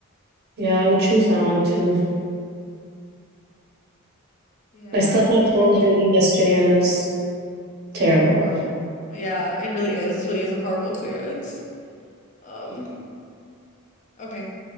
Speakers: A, on the right; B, on the left.
A: yeah, I would choose that one too.
B: Yeah.
A: I stubbed my
B: Okay.
A: toe literally yesterday and it was terrible.
B: Horrible. Yeah, it really is. It really is a horrible experience. Um. Okay.